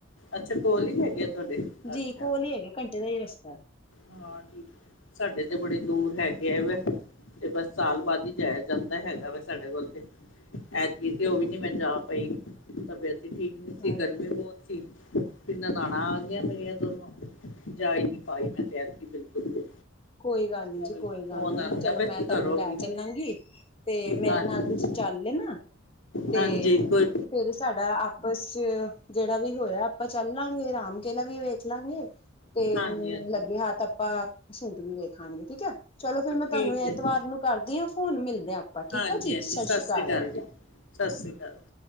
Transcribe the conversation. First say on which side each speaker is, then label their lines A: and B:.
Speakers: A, on the left; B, on the left.
A: ਅੱਛਾ, ਕੋਲ ਹੀ ਹੈਗੇ ਆ ਤੁਹਾਡੇ
B: ਜੀ
A: ਅੱਛਾ,
B: ਕੋਲ ਹੀ ਹੈਗੇ ਘੰਟੇ ਦਾ ਹੀ ਰਸਤਾ।
A: ਹਾਂ ਠੀਕ ਸਾਡੇ ਤੇ ਬੜੇ ਦੂਰ ਹੈ। ਗਿਆ ਵਾ ਤੇ ਬਸ ਸਾਲ ਬਾਅਦ ਹੀ ਜਾਇਆ ਜਾਂਦਾ ਹੈਗਾ ਵਾ ਸਾਡੇ ਕੋਲ ਤੇ ਐਤਕੀ ਤੇ ਉਹ ਵੀ ਨੀ ਮੈਂ ਜਾ ਪਾਈ ਤਬੀਅਤ ਹੀ ਠੀਕ ਨੀ ਸੀ।
B: ਹੈ।
A: ਗਰਮੀ ਬਹੁਤ ਸੀ। ਫੇਰ ਨਨਾਣਾਂ ਆ ਗਈਆਂ ਮੇਰੀਆਂ ਦੋਨੋਂ ਜਾ ਹੀ ਨੀ ਪਾਈ ਮੈਂ ਤੇ ਐਤਕੀ ਬਿਲਕੁੱਲ ਵੀ।
B: ਕੋਈ ਗੱਲ ਨੀ ਜੀ-ਕੋਈ
A: ਬਲਕਿ ਫੋਨ
B: ਗੱਲ ਨੀ
A: ਆਉਂਦਾ
B: ਚਲੋ
A: ਪਿਆ
B: ਮੈਂ
A: ਸੀ
B: ਤੁਹਾਨੂੰ
A: ਘਰੋਂ
B: ਲੈ
A: ਵੀ
B: ਚੱਲਾਂਗੀ। ਤੇ ਮੇਰੇ
A: ਹਾਂਜੀ
B: ਨਾਲ ਤੁਸੀਂ ਚੱਲ ਲੈਣਾ। ਤੇ
A: ਹਾਂਜੀ ਕੋਈ
B: ਫੇਰ ਸਾਡਾ ਆਪਸ ਚ ਜਿਹੜਾ ਵੀ ਹੋਇਆ ਆਪਾਂ ਚੱਲਾਂਗੇ ਰਾਮ ਕਿਲਾ ਵੀ ਵੇਖ ਦੇਖ ਲਾਂਗੇ ਤੇ
A: ਹਾਂਜੀ
B: ਹਮ
A: ਹਾਂਜੀ
B: ਲੱਗੇ ਹੱਥ ਤਾਂ ਆਪਾਂ ਸੂਟ ਵੀ ਵੇਖਾਂਗੇ ਠੀਕ ਹੈ। ਚਲੋ ਫੇਰ ਮੈਂ ਤੁਹਾਨੂੰ
A: ਠੀਕ ਹੈ
B: ਐਤਵਾਰ ਨੂੰ ਕਰਦੀ ਹਾਂ ਫੋਨ ਮਿਲਦੇ ਹਾਂ ਆਪਾਂ ਠੀਕ
A: ਹਾਂਜੀ
B: ਆ ਜੀ
A: ਹਾਂਜੀ
B: ਸਤਿ ਸ਼੍ਰੀ ਅਕਾਲ।
A: ਸ੍ਰੀ ਜੀ ਸਤਿ ਸ਼੍ਰੀ ਅਕਾਲ।